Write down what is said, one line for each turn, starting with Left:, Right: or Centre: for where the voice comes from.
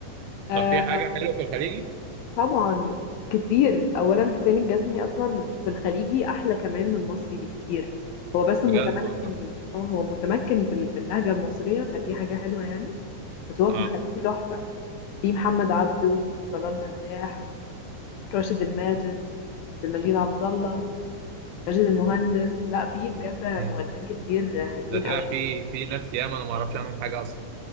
Left: آه،
Right: طب في حاجه حلوه في الخليجي
Left: طبعا كتير اولا حسين الجسمي اصلا في الخليجي احلى كمان من المصري بكتير هو بس
Right: بجد
Left: متمكن
Right: والله
Left: اه هو متمكن في ال- من اللهجه المصريه فدي حاجه حلوه يعني بس هو
Right: اه
Left: في الخليجي تحفه في محمد عبده في طلال مداح راشد الماجد عبد المجيد عبد الله ماجد المهندس لا في بجد مغنيين
Right: مم.
Left: كتير حلوين
Right: ده طلع
Left: قوي
Right: في في ناس ياما انا ما اعرفش عنهم حاجه اصلا